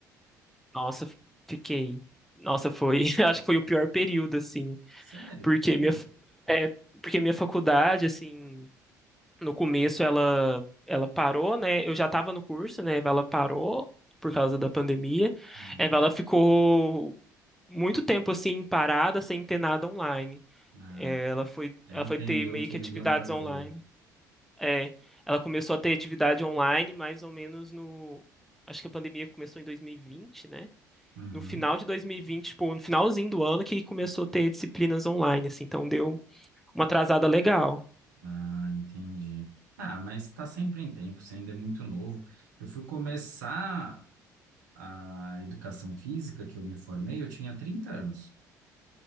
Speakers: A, in the centre; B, on the right.
A: Nossa, fiquei. Nossa, foi, <laughs> acho que foi o pior período, assim,
B: Sério?
A: porque
B: Por quê?
A: minha, f- é, porque minha faculdade, assim. no começo ela ela parou, né? Eu já estava no curso, né? Ela parou por causa da pandemia.
B: Hum,
A: Eh, Ela ficou muito tempo assim parada, sem ter nada online.
B: ah,
A: Eh, Ela foi
B: até
A: ela
B: entendeu
A: foi ter meio
B: o que
A: que
B: eles
A: atividades
B: iam fazer.
A: online. É, ela começou a ter atividade online mais ou menos no Acho que a pandemia começou em 2020, né?
B: Uhum.
A: No final de 2020, tipo, no finalzinho do ano que começou a ter disciplinas online, assim, então deu uma atrasada legal.
B: Ah, entendi. Ah, mas está sempre em tempo, você ainda é muito novo. Eu fui começar a educação física, que eu me formei, eu tinha 30 anos.